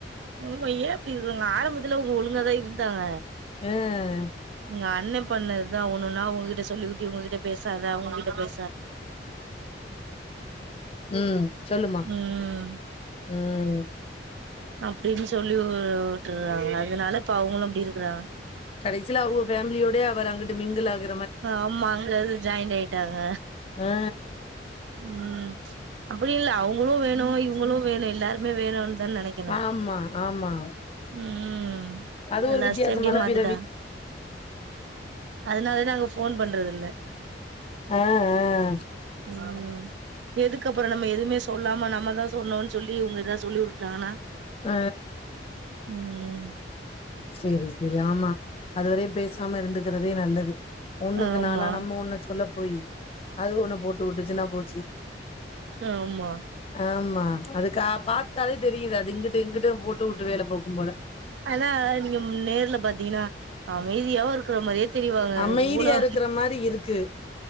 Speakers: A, on the right; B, on the left.
A: ம் ஏ அப்டி இருக்காங்க ஆரம்பத்துல அவங்க ஒழுங்கா தா இருந்தாங்க
B: அ
A: எங்க அண்ண பொண்ணு தா ஒன்னு ஒன்னா ஒங்ககிட்ட சொல்லிக்குட்டி இவங்க கிட்ட பேசாத அவங்ககிட்ட பே
B: ம் சொல்லுமா
A: ம்
B: ம்
A: அப்டின் சொல்லி வுட்டுறாங்க அதனால இப்ப அவுங்களு அப்டி இருக்குறாங்க
B: கடசில அவங்க ஃபேமிலியோட அவர் அங்கிட்டு மிங்கில் ஆகு
A: ஆமா அங்க அது ஜாய்ண்ட் ஆயிட்டாங்க
B: ஆ
A: ம் அப்டி இல்ல அவுங் களு வேணு இவுங்களு வேணு எல்லாருமே வேணு தா நெனைக்கணு
B: ஆமா ஆமா
A: ம்
B: அது ஒரு
A: லாஸ்ட்டா
B: வித்தியாசமான
A: இப்டி மாத்திட்ட
B: பிறவி
A: அதனா தா அங்க கிறதுல்ல
B: அ அ
A: ம் எதுக்கு அப்பறோ நம்ம எதுமே சொல்லாம நம்மதா சொன்னொன் சொல்லி இவங்க எதா சொல்லி உட்டாங்கனா
B: அ
A: ம்
B: சேரி சேரி ஆமா அதுவரையு பேசாம இருந்துக்கிறதே நல்லது ஒண்ணு
A: ஆமா
B: இதனால நம்ம ஒண்ண சொல்ல பொய் அது ஒண்ண போட்டு உட்டுச்சுன்னா போச்சு
A: ஆமா
B: ஆமா ஆ அது கா பாத்தாலே தெரியுது அது இங்கட்டு இங்கிட்ட போட்டு உட்டு வேல பாக்கும் போல
A: ஆனா நீங்க நேர்ல பாத்தீங்கன்னா அமைதியாவே இருக்கிற மாரியே தெரிவாங்க
B: அமைதியா
A: எவ்வளோ
B: இருக்கிற மாரி இருக்கு